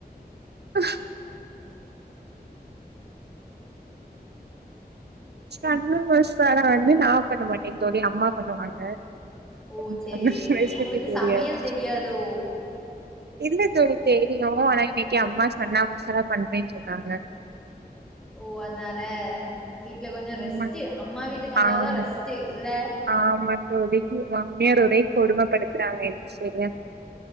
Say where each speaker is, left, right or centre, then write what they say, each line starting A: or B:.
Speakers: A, on the right (about 85°); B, in the centre.
A: அ சென்னா மசாலா வந்து நா பண்ண மாட்டே தோழி எங்க அம்மா பண்ணுவாங்க
B: ஓ!
A: எ
B: சரி,
A: தங்கச்சி
B: சரி.
A: வயசே
B: உங்களுக்கு
A: தெரியாது
B: சமையல்
A: எனக்கு
B: தெரியாதோ?
A: இல்ல தோழி தெரியு ஆனா இன்னிக்கி அம்மா சென்னா மசாலா பண்றேன்னு சொன்னாங்க
B: ஓ அதனால வீட்ல கொஞ்சோ ரெஸ்ட்டு
A: ஆமா
B: அம்மா வீட்டுக்கு வந்தாதா
A: ஆமா
B: ரெஸ்ட்டு இல்ல
A: ஆமா தோழி மாமியார் ஒரே
B: அ
A: கொடுமப்படுத்துறாங்க என்ன செய்ய